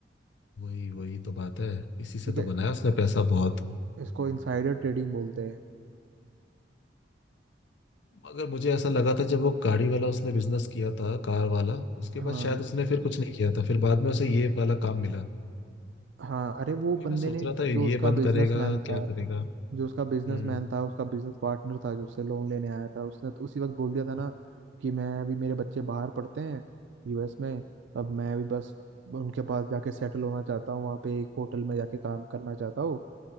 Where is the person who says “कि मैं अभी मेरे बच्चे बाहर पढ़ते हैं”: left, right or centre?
Right